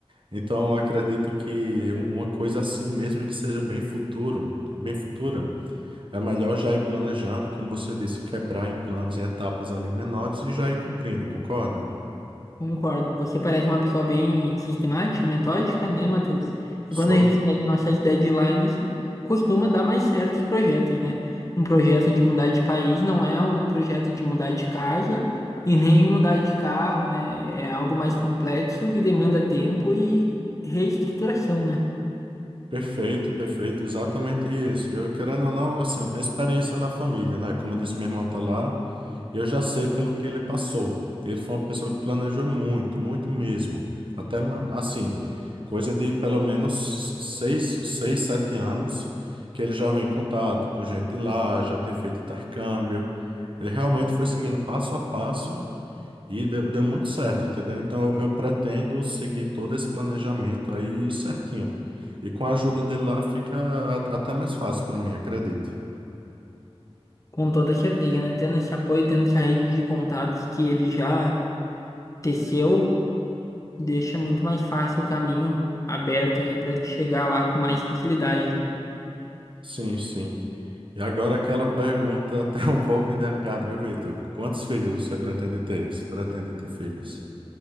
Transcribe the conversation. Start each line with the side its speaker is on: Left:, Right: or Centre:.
Right: Então, eu acredito que um- uma coisa assim, mesmo que seja bem futuro, bem futura, é melhor já ir planejando, como você disse, quebrar em planos, em etapas ali menores e já ir cumprindo, concorda?
Left: Concordo. Você parece uma pessoa bem sistemática, metódica, né, Matheus? E quando
Right: Sou.
Left: a gente segue nossas deadlines, costuma dar mais certos projetos, né? Um projeto de mudar de país não é um projeto de mudar de casa e <laughs> nem mudar de carro, né? É algo mais complexo que demanda tempo e reestruturação, né?
Right: Perfeito, perfeito, exatamente isso. Eu, querendo ou não, assim, eu tenho experiência na família, né? Como eu disse, meu irmão tá lá. Eu já sei pelo que ele passou. Ele foi uma pessoa que planejou muito, muito mesmo. Até ma- assim, coisa de pelo menos seis, seis, sete anos que ele já vem em contato com gente de lá, já tem feito intercâmbio. Ele realmente foi seguindo passo a passo e deu, deu muito certo, entendeu? Então eu pretendo seguir todo esse planejamento aí certinho. E com a ajuda dele lá fica a- até mais fácil para mim, acredito.
Left: Com toda certeza, né? Tendo esse apoio, tendo essa rede de contatos que ele já teceu, deixa muito mais fácil o caminho aberto aí para chegar lá com mais facilidade, né?
Right: Sim, sim. E agora aquela pergunta até um pouco indelicada, viu, Vitor? Quantos filhos você pretende ter? Você pretende ter filhos?